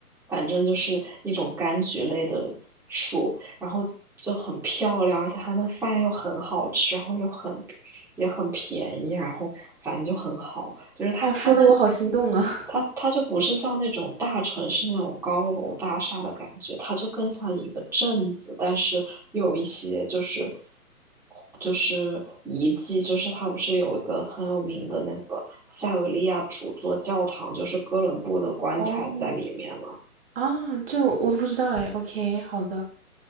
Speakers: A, in the centre; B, on the right (about 40°).
A: 反正就是一种柑橘类的树，然后就很漂亮，而且它的饭又很好吃，然后又很也很便宜，然后反正就很好，就是它它那
B: 哦，说的我好心动啊！
A: 它它就不是像那种大城市那种高楼大厦的感觉，它就更像一个镇子，但是又有一些就是就是遗迹，就是它不是有一个很有名的那个塞维利亚主座教堂，就是哥伦布的棺材在里面嘛。
B: <laughs> 哦，啊，这我我都不知道哎。OK，好的，